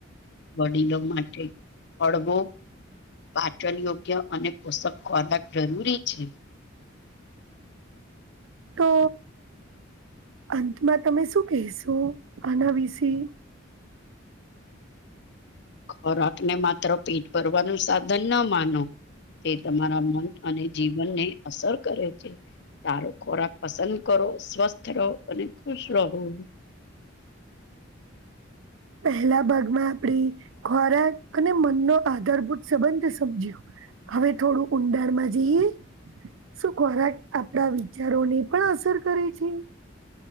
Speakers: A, on the left; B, on the right.
A: વડીલો માટે, અળવો પાચનયોગ્ય અને પોષક ખોરાક જરૂરી છે.
B: તો અંતમાં તમે શું કહેશો આના વિશે?
A: ખોરાકને માત્ર પેટ ભરવાનું સાધન ના માનો તે તમારા મન અને જીવનને અસર કરે છે. સારો ખોરાક પસંદ કરો, સ્વસ્થ રહો અને ખુશ રહો. <inaudible>
B: પેહલા ભાગમાં આપડે, ખોરાક અને મનનો આધારભૂત સંબંધ સમજ્યો. હવે થોડું ઊંડાણમાં જઈએ. શું ખોરાક આપડા વિચારોને પણ અસર કરે છે?